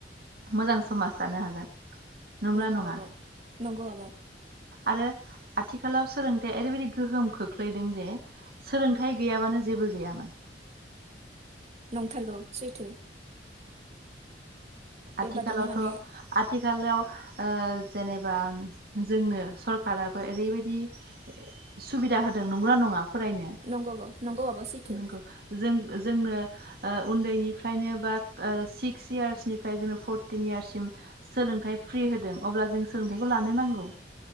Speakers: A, on the right; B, on the right.
A: मोजां समाज दानो हागोन नंगोना
B: नंगौ
A: नंङा?
B: आब' नंगौ आब'
A: आरो आथिखालाव सोलों थाया ओरैबायदि गोहोम खोख्लैदों दे सोलोंथाय गैयाबानो जेबो गैयामोन
B: नंथारगौ सैथो बेबादिनो
A: आथिखालावथ'
B: माने
A: आथिखालाव ओ जेनेबा जोंनो सरखाराबो ओरैबायदि सुबिदा होदों नंगोना नंङा फरायनो
B: नंगौ आब' नंगौ आब' सैथो
A: नंगौ जों जोंनो ओ उन्दैनिफ्रायनो बा ओ सिक्स इयार्सनि फ्राय जोंनो फरटिन इयार्ससिम सोलोंथाइ फ्रि होदों अब्ला जों सोलोंथाइखौ लानो नांगौ।